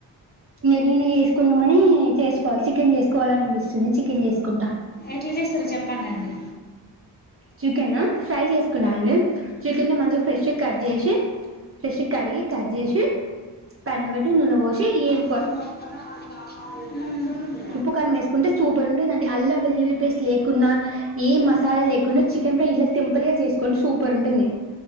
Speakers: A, on the right; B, on the left.
A: ఇంగా నేనే చేసుకుందామని చేసుకోవాలి చికెన్ చేసుకోవాల అనిపిస్తుంది చికెన్ చేసుకుంటా
B: ఎట్లా చేస్తారు చెప్పడండి
A: చికెన ఫ్రై చేసుకుంటాండి చికెన్ని మంచిగా ఫ్రెష్గా కట్ చేసి ఫ్రెష్ కడిగి కట్ చేసి పెనం పెట్టి నూనె పోసి ఏం
B: మ
A: ఉప్పు కారం వేసుకుంటే సూపర్ ఉంటుందండి అల్లం వెల్లుల్లి పేస్ట్ లేకుంన్నా ఏ మసాలా లేకుండా చికెన్ ఇలా సింపుల్ గా చేస్కోండి సూపర్ ఉంటుంది